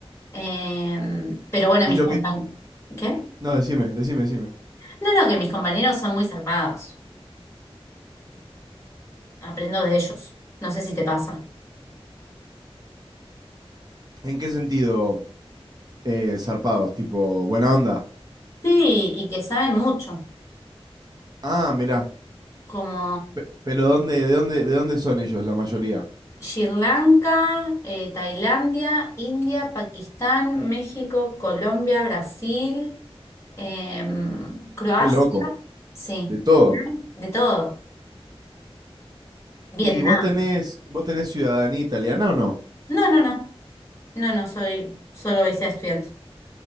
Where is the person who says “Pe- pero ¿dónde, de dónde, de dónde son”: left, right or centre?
Right